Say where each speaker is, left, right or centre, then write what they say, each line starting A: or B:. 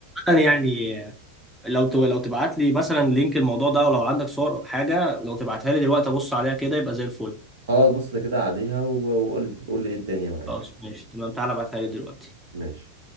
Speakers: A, in the centre; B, on the right (about 60°).
A: أنا يعني لو ت- لو تبعت لي مثلا لينك الموضوع ده او لو عندك صور أو حاجه لو تبعتها لي دلوقتي ابص عليها كده يبقى زي الفل
B: خلاص بص كده عليها و- وقول لي قول لي ايه الدنيا معاك
A: خلاص ماشي تمام تعالى ابعتها لي دلوقتي
B: ماشي